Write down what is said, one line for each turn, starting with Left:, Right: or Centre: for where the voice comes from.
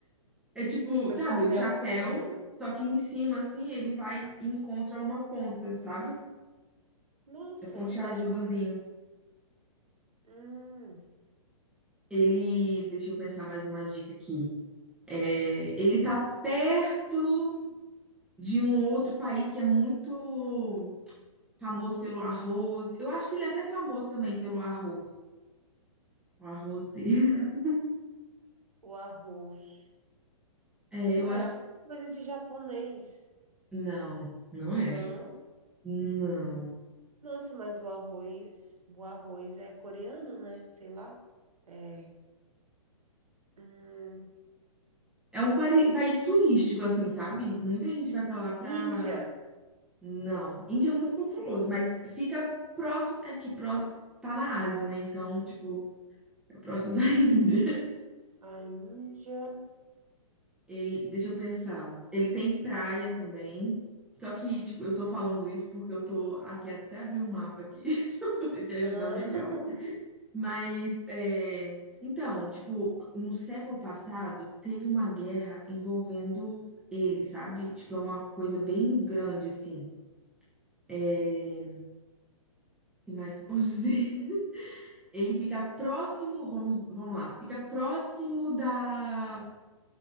Centre: É tipo,
Right: mas
Centre: sabe,
Right: chapéu
Centre: um chapéu,
Right: comum?
Centre: só que em cima, assim, ele vai e encontra uma ponta, sabe?
Right: Nossa,
Centre: É pontiagudozinho.
Right: mas hum,
Centre: Ele, deixa eu pensar mais uma dica aqui. É, ele tá perto de um outro país que é muito famoso pelo arroz. Eu acho que ele é até famoso também pelo arroz. O arroz dele. <laughs>
Right: o arroz.
Centre: É, eu
Right: Ah,
Centre: acho.
Right: é alguma coisa de japonês.
Centre: Não, não é.
Right: Não.
Centre: Não.
Right: Nossa, mas o arroz, o arroz é coreano, né? Sei lá. É. Hum,
Centre: É um pari- país turístico, assim, sabe? Muita gente vai pra lá pra.
Right: Índia.
Centre: Não. Índia é muito populoso, mas fica próximo. É que pró... tá na Ásia, né? Então, tipo, é próximo da <laughs> Índia.
Right: A Índia.
Centre: Ele, deixa eu pensar. Ele tem praia também. Só que, tipo, eu tô falando isso porque eu tô aqui até abrir um mapa aqui <laughs> pra poder te ajudar
Right: Ah,
Centre: melhor.
Right: <laughs>
Centre: Mas, é, então, tipo, no século passado teve uma guerra envolvendo ele, sabe? Tipo, é uma coisa bem grande, assim. É, o que mais que eu posso <laughs> dizer? Ele fica próximo, vamos, vamos lá, fica próximo da,